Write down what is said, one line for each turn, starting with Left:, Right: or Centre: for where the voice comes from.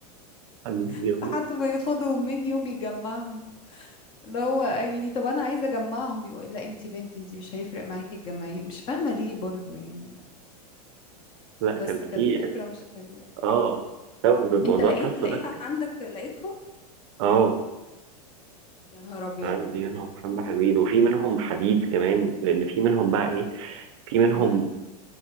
Right: حد بيغلط
Left: <laughs> لحد ما ياخدهم مني وبيجمعهم اللي هو يعني طب انا عايزه اجمعهم يقول لا انتي بنت انتي مش هيفرق معاكي تجمعيهم مش فاهمه ليه برضو يعني
Right: لا
Left: بس
Right: كان في
Left: كانت ذكرى مش حلوه
Right: اه سبب الموضوع
Left: انت لقيت
Right: الترسو
Left: لقيت
Right: ده
Left: عندك لقيتهم
Right: اه
Left: يا نهار ابيض
Right: عندي منهم حبة حلوين وفي منهم حديد كمان لأن في منهم بقى إيه في منهم
Left: امم